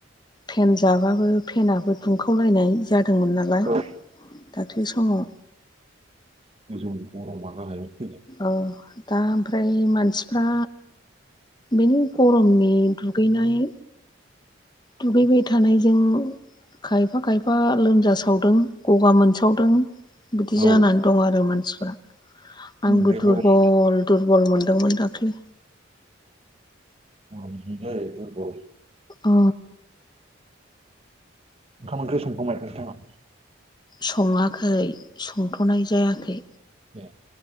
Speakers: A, on the left; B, on the right.
A: फेन जाबाबो फेनाबो दुंखावलायनाय जादोंमोन नालाय
B: औ
A: दाख्लै समाव
B: <inaudible>
A: औ दा ओमफ्राय मानसिफ्रा बेनि गरमनि दुगैनाय दुगैबाय थानायजों खायफा खायफा लोमजासावदों गगा मोनसावदों बिदि
B: औ
A: जानानै दं आरो मानसिफोरा आंबो
B: बे
A: दुरबल
B: गरम
A: दुरबल मोनदोंमोन दाख्लै
B: गरमाव बिदिनो जायो दुरबल
A: अ
B: ओंखाम ओंख्रि संखबाय नोंथाङा
A: सङाखै संथ'नाय जायाखै
B: दे